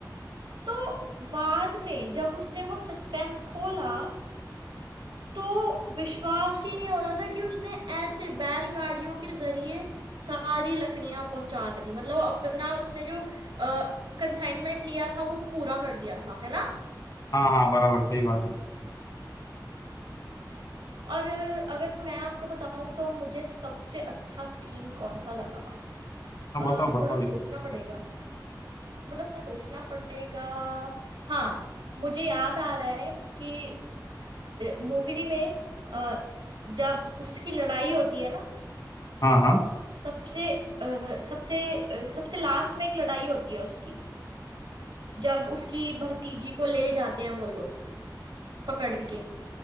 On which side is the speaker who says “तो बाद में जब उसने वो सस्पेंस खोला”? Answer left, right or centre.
Right